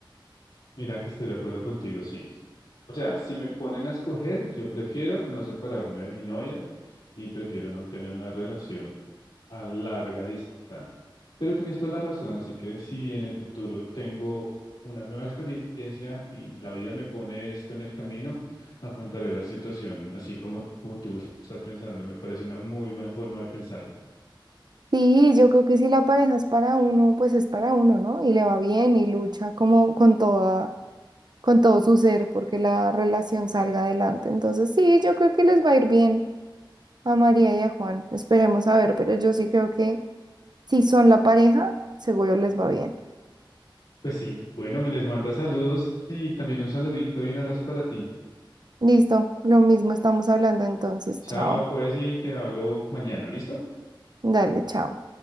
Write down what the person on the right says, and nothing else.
Sí, yo creo que si la pareja es para uno, pues es para uno, ¿no? Y le va bien y lucha como con toda con todo su ser porque la relación salga adelante. Entonces, sí, yo creo que les va a ir bien a María y a Juan. Esperemos a ver, pero yo sí creo que si son la pareja, seguro les va bien.
Listo, lo mismo estamos hablando entonces.
Chao.
Dale, chao.